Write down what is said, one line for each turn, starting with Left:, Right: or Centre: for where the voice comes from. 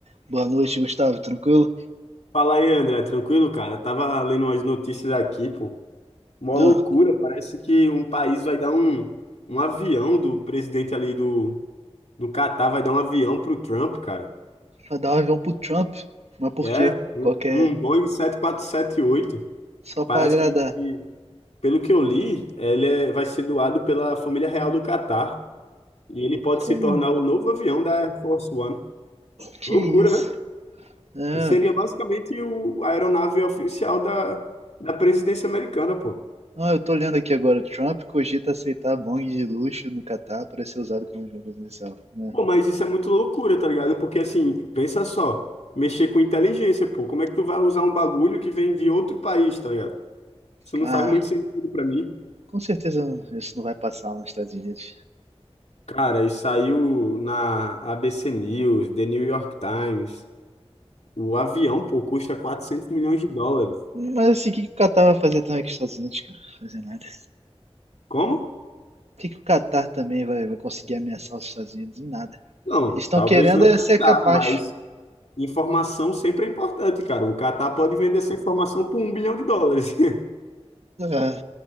Right: Boa noite, Gustavo. Tranquilo?
Left: Fala aí, André, tranquilo, cara? Tava lendo umas notícias aqui, pô. Mó
Right: Não,
Left: loucura, parece que um país vai dar um, um avião do presidente ali do, do Catar, vai dar um avião pro Trump, cara.
Right: vai dar um avião pro Trump. Mas por
Left: É,
Right: quê?
Left: um
Right: Qualquer.
Left: um Boeing sete quatro sete oito
Right: Só pra
Left: Parece
Right: agradar.
Left: que, que, pelo que eu li, ele é- vai ser doado pela família real do Catar. E ele pode
Right: Pô,
Left: se tornar o novo avião da Air Force One.
Right: que
Left: Loucura,
Right: isso?
Left: né?
Right: Ah,
Left: Seria basicamente o, a aeronave oficial da, da presidência americana, pô.
Right: ah, eu tô lendo aqui agora. Trump cogita aceitar bong de luxo no Catar para ser usado como avião presidencial. né?
Left: Pô, mas isso é muito loucura, tá ligado? Porque assim, pensa só, mexer com inteligência, pô, como é que tu vai usar um bagulho que vem de outro país, tá ligado? Isso não
Right: Ah,
Left: faz muito sentido pra mim.
Right: com certeza não- isso não vai passar lá nos Estados Unidos.
Left: Cara, e saiu na ABC News, The New York Times. O avião, pô, custa 400 milhões de dólares.
Right: Mas assim, o que, que o Catar vai fazer também com os Estados Unidos, cara? Fazer nada.
Left: Como?
Right: O que, que o Catar também vai, vai conseguir ameaçar os Estados Unidos? Em nada.
Left: Não,
Right: Eles estão
Left: talvez
Right: querendo
Left: não
Right: é
Left: Catar,
Right: ser capaz.
Left: mas informação sempre é importante, cara. O Catar pode vender essa informação por um bilhão de dólares. <laughs>
Right: Ah,